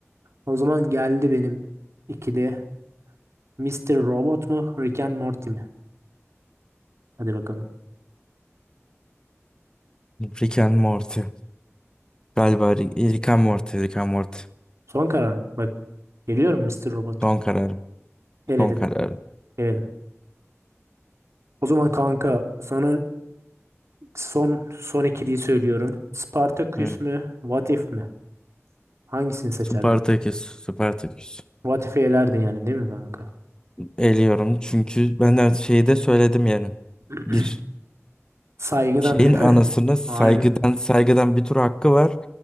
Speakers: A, on the right; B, on the left.
A: O zaman geldi benim ikili. Mister Robot mu? Rick and Morty mi? Hadi bakalım.
B: Rick and Morty. Galiba Rick, Rick and Morty. Rick and Morty.
A: Son karar. mı? Bak geliyorum Mister Robot.
B: Son kararım.
A: Eledim.
B: Son kararım.
A: ilk, Eledim. O zaman kanka sana son son ikiliyi söylüyorum. Spartacus
B: Evet.
A: mu? What If mi? Hangisini seçerdin?
B: Spartaküs. Spartaküs.
A: What If'i elerdin yani değil mi kanka?
B: Eliyorum çünkü ben de şeyi de söyledim yani.
A: <clears throat>
B: Bir
A: Saygıdan
B: şeyin
A: ne?
B: anasını
A: <laughs>
B: saygıdan
A: Aynen.
B: saygıdan bir tur hakkı var.